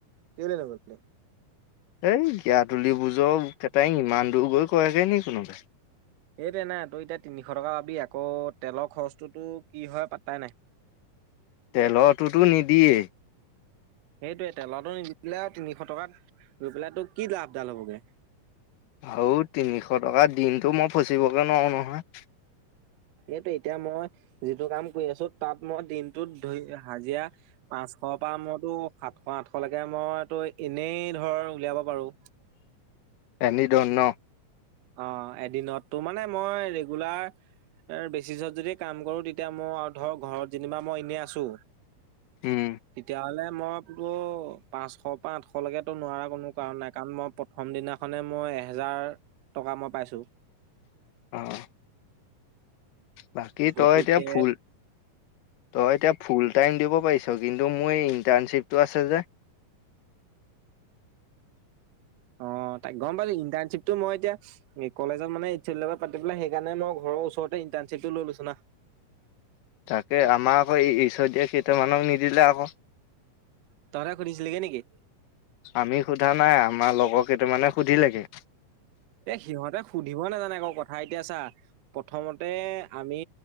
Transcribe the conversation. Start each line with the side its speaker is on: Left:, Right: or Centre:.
Right: কেলে নগলি তই
Left: এই গিয়াতুলি ভোজৰ কেটাৰিং ইমান দূৰ গৈ কয়েগৈ নি কোনোবাই
Right: এইটো নাই তই এতিয়া তিনিশ টকা পাবি আকৌ তেলৰ খৰচটোতো কি হয় পাত্তাই নাই
Left: তেলটোতো নিদিয়েই
Right: সেইটোৱে তেলটো নিদিলে আৰু তিনিশ টকাত গৈ পেলাই তো কি লাভ ডাল হ'বগে
Left: আৰু তিনিশ টকা দিনটো মই ফচিবগে নোৱাৰো নহয়
Right: এইটোৱে এতিয়া মই যিটো কাম কৰি আছো তাত মই দিনটোত ধৰি হাজিৰা পাঁচশৰ পৰা ম তো সাতশ, আঠশলৈকে মইতো এনেই ধৰ উলিয়াব পাৰোঁ।
Left: এনি ডন ন
Right: অ' এদিনতো মানে মই ৰেগুলাৰ বেচিছত যদি কাম কৰোঁ। তেতিয়া মোৰ আৰু ধৰ ঘৰত যেনিবা মই এনেই আছোঁ।
Left: উম।
Right: তেতিয়া হ'লে মই বোলোঁ পাঁচশ পৰা আঠশলৈকেতো নোৱাৰা কোনো কাৰণ নাই, কাৰণ মই প্ৰথম দিনাখনে মই এহেজাৰ টকা মই পাইছোঁ।
Left: অহ' বাকী
Right: গতিকে
Left: তই এতিয়া ফুল, তই এতিয়া ফুল টাইম দিব পাৰিছোঁ। কিন্তু, মোৰ ইণ্টাৰণশ্বিপটো আছে যে
Right: অ' তাক গ'ম পাইছোঁ ইণ্টাৰশ্বিপটো মই এতিয়া কলেজত মানে এচি লগত কথা পাতি সেইকাৰণে মই ঘৰৰ ওচৰতে ইণ্টাৰশিপটো লৈ লৈছোঁ না।
Left: তাকে আমাৰ আকৌ এ এইচ এতিয়া কেইটামানক নিদিলে আকৌ
Right: তহঁতে সুধিছিলিগে নেকি
Left: আমি সোধা নাই, আমাৰ লগৰ অ' কেইটা মানে সুধিলে গে
Right: এই সিহঁতে সুধিব নাজানে আকৌ কথা এতিয়া চা প্ৰথমতে আমি